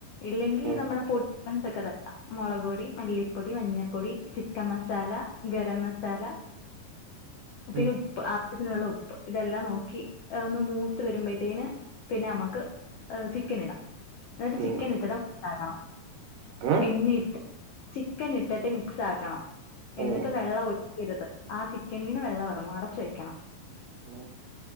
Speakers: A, on the left; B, on the right.
A: ഇല്ലെങ്കി
B: ഉം
A: നമ്മുടെ പൊടി ഐറ്റംസ് ഒക്കെതട്ടാം മുളക്ക്പൊടി മല്ലി പൊടി മഞ്ഞപ്പൊടി ചിക്കൻ മസാല ഗരമസാല പിന്നഉപ്പ്
B: ഉം ഉം
A: അഹ് ആവശ്യതിനുള്ളഉപ്പ് ഇതെല്ലാം നോക്കി ഒന്ന് മൂത്ത് വെരുമ്പേഴ്ത്തേന് പിന്നെഅമ്മക്ക് ഏഹ് ചിക്കനിട എന്നിട്ട്
B: ഉം
A: ചിക്കന്ഇട്ടതും ഏളക്കണം
B: <unintelligible>
A: എന്നിട്ട് ചിക്കനിട്ടിട്ട്മിക്സാക്കണം എന്നിട്ട്
B: ഉം
A: വെള്ളം ഇരുത് ആ ചിക്കനീന്ന് വെള്ളംഎറങ്ങും അടച്ച് വെയ്ക്കണം
B: ഓഹ്